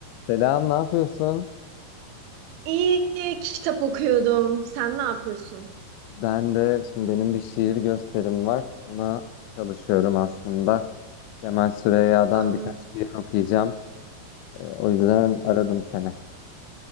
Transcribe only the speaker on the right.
İyi kitap okuyordum. Sen ne yapıyorsun?
Aa,